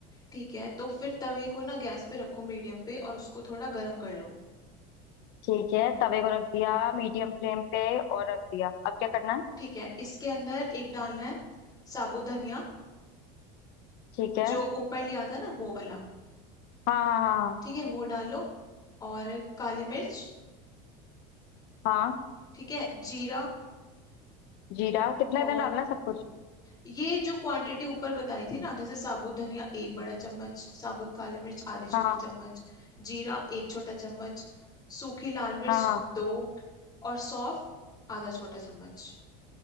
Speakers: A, on the left; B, on the left.
A: ठीक है तो फिर तवे को ना गैस पे रखो मीडियम पे और उसको थोड़ा गर्म कर लो
B: ठीक है तवे को रख दिया मीडियम फ्लेम पे और रख दिया अब क्या करना
A: ठीक है इसके अंदर एक डालना है साबुत धनिया
B: ठीक है
A: जो ऊपर लिया था ना वो वाला
B: हाँ हाँ हाँ
A: ठीक है वो डालो और काली मिर्च
B: हाँ हाँ
A: ठीक है जीरा
B: जीरा कितना
A: और
B: कितना डालना है सब कुछ
A: ये जो क्वांटिटी ऊपर बताई थी ना जैसे साबुत धनिया एक बड़ा चम्मच साबुत काली मिर्च आधी छोटी
B: हाँ
A: चम्मच जीरा एक छोटा चम्मच सूखी लाल मिर्च
B: हाँ हाँ
A: दो और सौंफ आधा छोटा चम्मच